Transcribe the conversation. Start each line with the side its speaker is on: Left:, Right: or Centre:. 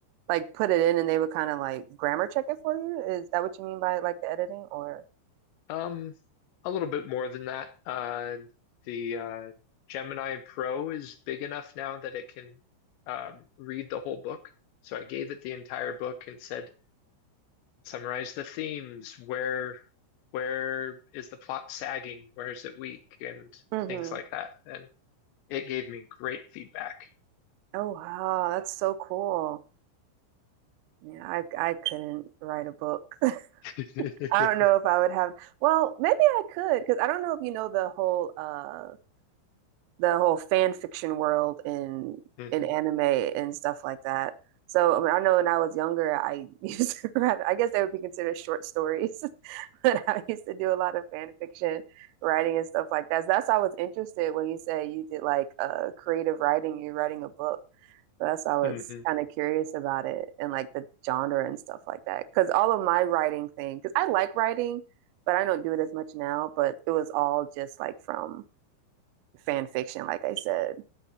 Right: like put it in, and they would kind of like grammar check it for you. Is that what you mean by like the editing or?
Left: Um, a little bit more than that. Uh, the uh, Gemini Pro is big enough now that it can um, read the whole book. So I gave it the entire book and said, summarize the themes. Where where is the plot sagging? Where is it weak? And
Right: hmm
Left: things like that. And it gave me great feedback.
Right: Oh wow, that's so cool. Yeah, I I couldn't write a book.
Left: <laughs>
Right: <laughs> I don't know if I would have. Well, maybe I could because I don't know if you know the whole uh the whole fan fiction world in
Left: Mhm,
Right: in anime and stuff like that. So I, mean, I know when I was younger, I <laughs> used to write, I guess they would be considered short stories, <laughs> but I used to do a lot of fan fiction writing and stuff like that. So that's why I was interested when you say you did like uh, creative writing, you're writing a book. So that's why I was
Left: mhm.
Right: kind of curious about it and like the genre and stuff like that. Because all of my writing thing, because I like writing, but I don't do it as much now, but it was all just like from fan fiction, like I said